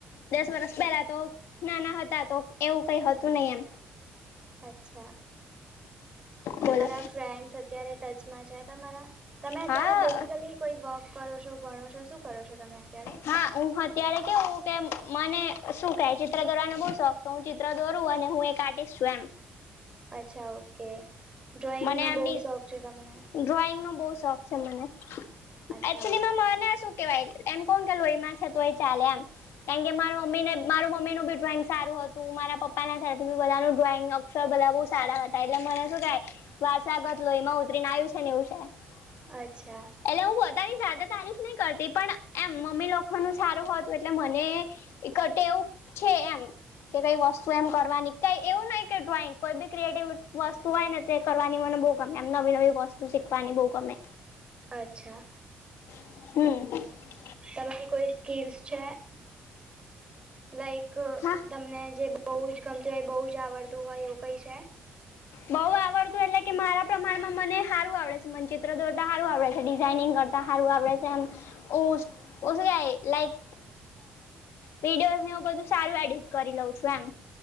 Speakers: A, on the left (about 80°); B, on the right (about 25°).
A: દસ વરસ પહેલા તો નાના હતા તો એવું કઈ હતું નહિ એમ
B: અચ્છા
A: બોલો
B: તમારા ફ્રેન્ડ્સ અત્યારે ટચમાં છે તમારા તમે અત્યારે
A: હા
B: બેઝિકલી કોઈ વોક કરો છો ભણો છો શું કરો છો તમને અત્યારે
A: હા હું અત્યારે કેવું કે મને શું કેહે ચિત્ર દોરવાનો બ શોખ તો હું ચિત્ર દોરું અને હું એક આર્ટસ્ટ છું એમ
B: અચ્છા ઓકે ડ્રોઈંગનો
A: મને આમ
B: બહુ શોખ છે તમને
A: ડ્રોઈંગનો બહુ શોખ છે મને
B: અચ્છા
A: એક્યુઅલી
B: ઓકે.
A: માને સુું કેવાય એમ કોણ કેલું એમાં છતું એ ચાલે એમ કારણ કે માર મમ્મીને મારું મમ્મીનું બી ડ્રોઈંગ સારું હતું મારા પપ્પાના સાથે બી બધાનું ડ્રોઈંગ અક્ષર બધા બહુ સારા હતા એટલે મને શું કહેવાય વારસાગત લોઇ માં ઉતરીને આયું છે ને એવું છે. એટલે
B: અચ્છા
A: હું બધાની સાથે તારીફ નહી કરતી પણ એમ મમ્મી લોકોનું સારું હોતું એટલે મને કટેઉપ છે એમ કે કઈ વસ્તુ એમ કરવાની કઈ એવું નહી કે ડ્રોઈંગ કોઈ બી ક્રિએટિવ વસ્તુ હોય ને કરવાની મને બો ગમે એમ નવી નવી વસ્તુ શીખવાની બો ગમે.
B: અચ્છા.
A: હમ.
B: તમારી કોઈ સ્કીલ્સ છે? લાઈક અ
A: હા
B: તમને જે બહુ જ ગમતી હોય બહુ જ આવડતું હોય એવું કઈ છે?
A: બઉ આવડતું એટલે કે મારા પ્રમાણમાં મને હારું આવડે છે મનચિત્ર દોરતા હારું આવડે છે ડિઝઇનિંગ કરતા હારું આવડે છે એમ ઓસ ઓસ ગાય લાઈક વિડીયોઝ ને એવું સારું એડિટ કરી લઉં છું એમ.